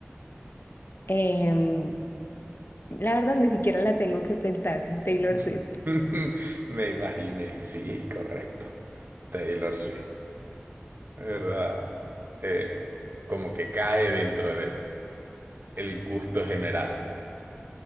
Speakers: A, on the left; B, on the right.
A: Em, la verdad, ni siquiera la tengo que pensar, <laughs> Taylor
B: <laughs>
A: Swift.
B: Me imaginé, sí, correcto. Taylor Swift, ¿verdad? Eh, como que cae dentro del el gusto general.